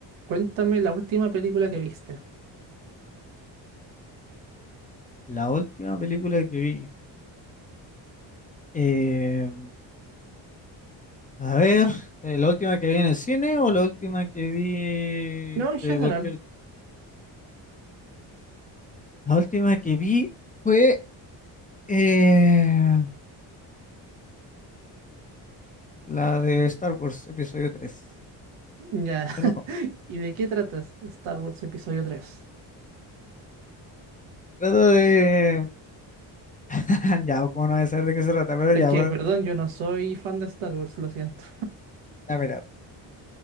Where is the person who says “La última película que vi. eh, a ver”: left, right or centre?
Left